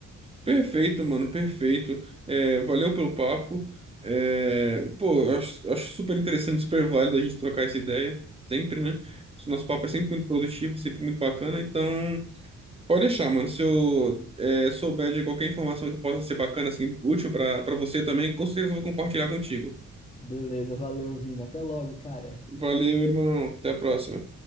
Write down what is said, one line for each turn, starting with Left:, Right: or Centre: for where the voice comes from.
Right: Perfeito, mano, perfeito. É, valeu pelo papo. É, pô, eu acho, acho super interessante, super válido a gente trocar essa ideia, sempre, né? Esse Nosso papo é sempre muito produtivo, sempre muito bacana. Então, pode deixar, mano. Se eu é, souber de qualquer informação que possa ser bacana, assim, útil para para você também, com certeza eu vou compartilhar contigo.
Left: Beleza, valeu, Vini. Até logo, cara.
Right: Valeu, irmão. Até a próxima.